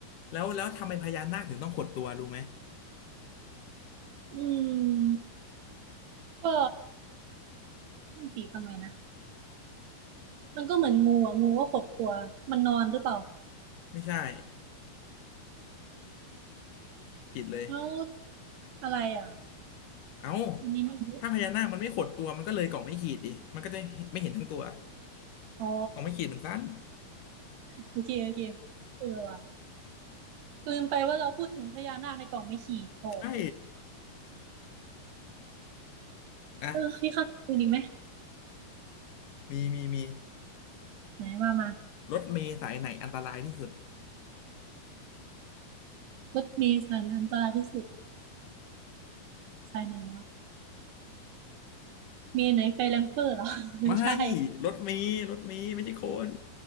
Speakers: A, on the left; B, on the right.
A: แล้วแล้วทำไมพญานาคถึงต้องขดตัวรู้ไหม
B: อืมก็มันสีทำไมนะมันก็เหมือนงูอ่ะงูก็ขดตัวมันนอนหรือเปล่า
A: ไม่ใช่ผิดเลย
B: แล้วอะไรอ่ะ
A: เอ้า
B: อันนี้ไม่รู้
A: ถ้าพญานาคมันไม่ขดตัวมันก็เลยกล่องไม่ขีดดิมันก็จะไม่เห็นทั้งตัว
B: อ๋อ
A: กล่องไม่ขีดมันสั้น
B: โอเคโอเคเออว่ะลืมไปว่าเราพูดถึงพญานาคในกล่องไม่ขีดโผ
A: ใช่ <laughs> อ่ะ
B: เออพี่ข้าคืนอีกไหม
A: มีมีมี
B: ไหนว่ามา
A: รถเมล์สายไหนอันตรายที่สุด
B: รถเมล์สายไหนอันตรายที่สุดสายไหนวะ มีไหนไฟแรงเฟอร์เหรอ <laughs> ไม่ใช่
A: ไม่รถเมล์รถเมล์ไม่ใช่คน